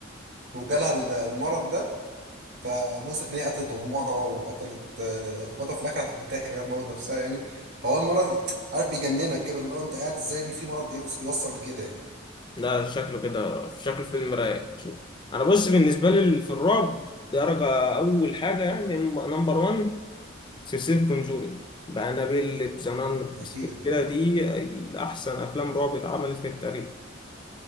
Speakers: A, on the right (about 60°); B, on the left (about 25°).
A: وجالها ال- المرض ده فوصلت ان هي قتلت امها وقتلت آه، اخواتها في الاخر هتنتحر يعني تموت نفسها يعني فهو المرض عارف بيجننك كده اللي هو انت قاعد ازاي في مرض يوص- يوصل لكده يعني
B: ده شكله كده في شكل فيلم رايق اشوف انا بص بالنسبه لي في الرعب درجه اول حاجه يعني نمبر 1 سلسلة كونجورينج بأنابيل بزنان
A: اكيد
B: كده دي أحسن أفلام رعب اتعملت في التاريخ